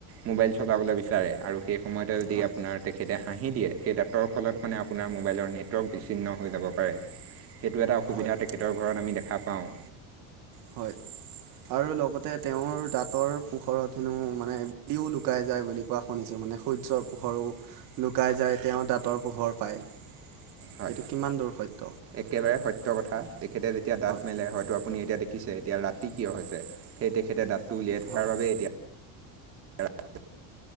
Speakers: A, on the right (about 30°); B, on the right (about 50°).
A: মোবাইল চলাবলৈ বিচাৰে আৰু সেই সময়তে যদি
B: হয়
A: আপোনাৰ তেখেতে হাঁহি দিয়ে সেই দাঁতৰ ফলত মানে আপোনাৰ মোবাইলৰ নেটৱৰ্ক বিচ্ছিন্ন হৈ যাব পাৰে। সেইটো এটা অসুবিধা
B: হয় হয়
A: তেখেতৰ ঘৰত আমি দেখা পাওঁ।
B: হয়। আৰু লগতে তেওঁৰ দাঁতৰ পোহৰত হেনো মানে বিও লুকাই যায় বুলি কোৱা শুনিছো <unintelligible> মানে সূৰ্যৰ পোহৰো লুকাই যায়, তেওঁ দাঁতৰ পোহৰ পায়।
A: হয়
B: এইটো কিমান দূৰ সত্য
A: একেবাৰে সত্য কথা তেখেতে যেতিয়া দাঁত
B: হয়
A: মেলে হয়তো আপুনি। এতিয়া দেখিছে এতিয়া ৰাতি কিয় হৈছে সেই তেখেতে দাঁতটো উলিয়াই থকাৰ
B: হয়
A: বাবে এতিয়া হে <inaudible>